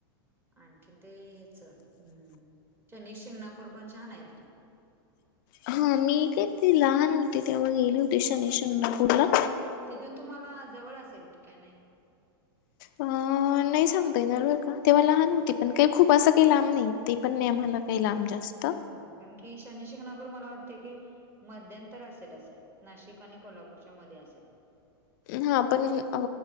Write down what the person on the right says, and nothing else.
आणखीन ते हेच हूं शनी शिंगणापूर पण छान आहे ते.
तिथून तुम्हाला जवळ असेल की काय नाही.
होय. कारण की शनी शिंगणापूर मला वाटते की मध्यन्तर असेल असं नाशिक आणि कोल्हापूरच्या मध्ये असेल.